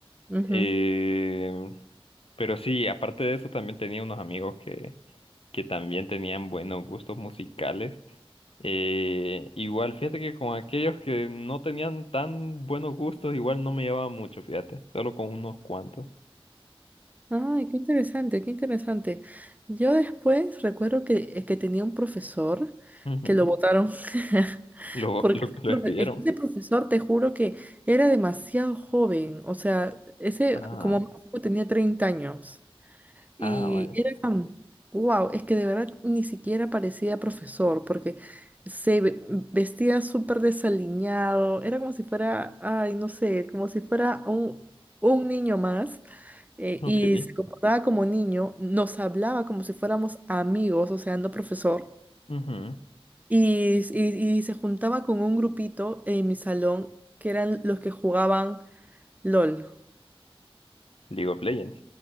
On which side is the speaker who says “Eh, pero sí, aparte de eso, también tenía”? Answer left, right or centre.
Left